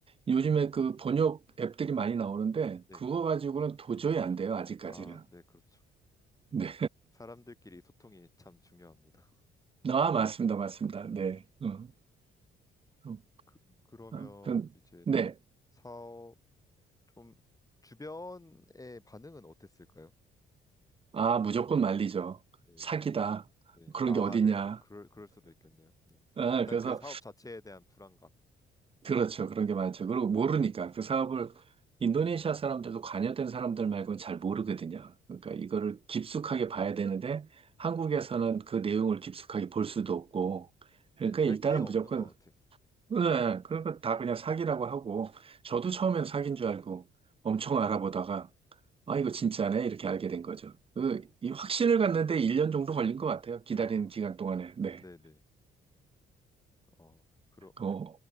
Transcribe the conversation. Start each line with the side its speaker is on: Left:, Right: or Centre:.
Right: 요즘에 그 번역 앱들이 많이 나오는데,
Left: 네,
Right: 그거 가지고는 도저히 안 돼요. 아직까지는.
Left: 아, 네, 그렇죠.
Right: 네.
Left: 사람들끼리 소통이 참 중요합니다.
Right: 아, 맞습니다. 맞습니다.
Left: <laughs>
Right: 네.
Left: 네.
Right: 어, 어,
Left: 그, 그러면
Right: 아무튼,
Left: 이제
Right: 네.
Left: 사업 좀 주변의 반응은 어땠을까요?
Right: 아, 무조건 말리죠.
Left: 네.
Right: 사기다.
Left: 네.
Right: 그런
Left: 아,
Right: 게 어디냐.
Left: 네. 그, 그럴 그럴 수도 있겠네요. 네.
Right: 아,
Left: 일단
Right: 그래서,
Left: 그 사업 자체에 대한 불안감.
Right: 그렇죠. 그런 게 많죠. 그리고 모르니까 그 사업을 인도네시아 사람들도 관여된 사람들 말고는 잘 모르거든요. 그러니까 이거를 깊숙하게 봐야 되는데 한국에서는 그 내용을 깊숙하게 볼 수도 없고. 그러니까
Left: 네. 잘
Right: 일단은
Left: 기회가
Right: 무조건,
Left: 없는 것 같아요.
Right: 네, 그러니까 다 그냥 사기라고 하고. 저도 처음엔 사기인 줄 알고 엄청 알아보다가
Left: 네.
Right: 아, 이거 진짜네. 이렇게 알게 된 거죠. 그,
Left: 어.
Right: 이 확신을 갖는데 1년 정도 걸린 것 같아요. 기다리는
Left: 아.
Right: 기간
Left: <laughs>
Right: 동안에. 네.
Left: 네, 네. 어. 그러
Right: 어,